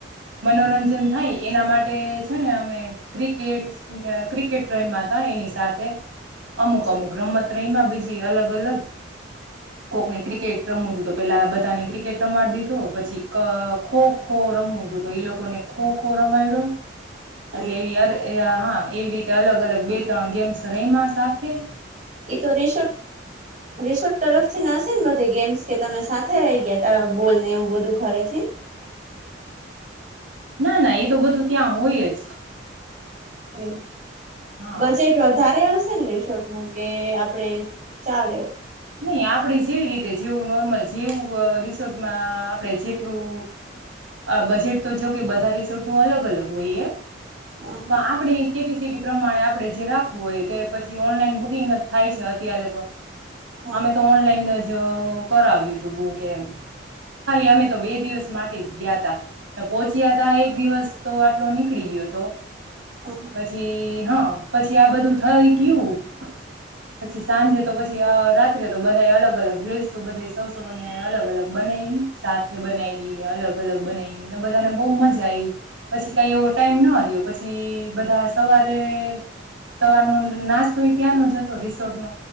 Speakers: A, on the right; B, on the right.
A: મનોરંજન થાય એના માટે છે ને અમે ક્રિકેટ
B: હા
A: ક્રિકેટ ટ્રેમમાં હતા એની સાથે અમુક
B: હા
A: અમુક રમત ત્ર્રીમાં બીજી અલગ અલગ કોકની ક્રિકેટ રમવું તું તો પેલા બધાને ક્રિકેટ રમાડ દીધું પછી ખો ખો રમવું તું તો એ લોકોને ખો ખો રમાય્યો
B: હા
A: એટલે એવી યાર એ હા એવી રીતે અલગ અલગ બે ત્રણ ગેમ્સ રહીમાં સાત કેે
B: તો રિસોર્ટ રિસોર્ટ તરફથી નાશે ને બધી ગેમ્સ કે તમે સાથે રહી ગયા ત બોલને એવું બધું ખરે છે
A: ના ના એ તો બધું ત્યાં હોય જ
B: એમ
A: હા
B: બજેટ વધારે હશે ને ર છોટ નું કે આપડે ચાલે
A: નહી આપડે જેવી રીતે જેવું નોર્મલ જેવું રિસોર્ટમાં આપણે જેટલું બજેટ તો જો કે બધા રિસોર્ટ નું અલગ અલગ હોઈએ
B: હા હા
A: પણ આપડે કે પી પ્રમાણે આપણે જે રાખવું હોય તે પછી ઓનલાઈન બુકિંગ જ થાય છે અત્યારે તો
B: હા
A: અમે
B: હા
A: તો ઓનલાઈન કરાવ્યું તું બુકે એમ ખાલી અમે તો બે દિવસ માટે જ ગયા તા અને પોહચ્યા તા એક દિવસ તો આટલો નીકળી ગયો હતો
B: હા હા
A: પછી હા પછી આ બધું થઈ કયું પછી સાંજે તો પછી રા તો બધા અલગ અલગ રીલસ બધા સસોને અલગ અલગ બનાવીવી સાથે બનાવીને અલગ અલગ બનાવી ને બધાને બહ મજા આવી પછી કઈ એવો ટાઈમ ના આવ્યો પછી બધા સવારે સવારનો નાસ્તો ત્યાંનો જ હતો રિસોર્ટ ન